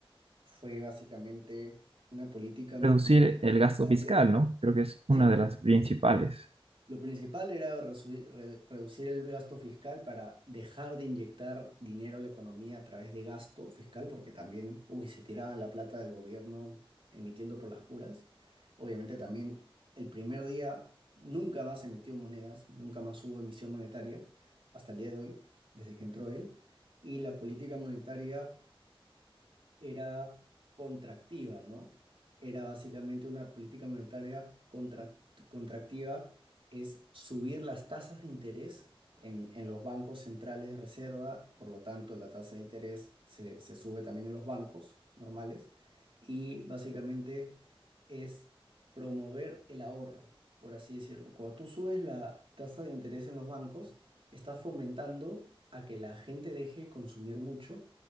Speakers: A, on the right (about 65°); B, on the right (about 85°).
A: fue básicamente una política
B: Reducir
A: monetaria.
B: el gasto fiscal, ¿no? Creo que es
A: Sí,
B: una de las principales.
A: Lo principal era resu- re- reducir el gasto fiscal para dejar de inyectar dinero a la economía a través de gasto fiscal, porque también, uy, se tiraban la plata del gobierno emitiendo por las puras. Obviamente también el primer día nunca más emitió monedas, nunca más hubo emisión monetaria hasta el día de hoy, desde que entró él. Y la política monetaria era contractiva, ¿no? Era básicamente una política monetaria contra- contractiva, es subir las tasas de interés en, en los bancos centrales de reserva, por lo tanto la tasa de interés se, se sube también en los bancos normales y básicamente es promover el ahorro, por así decirlo. Cuando tú subes la tasa de interés en los bancos, estás fomentando a que la gente deje de consumir mucho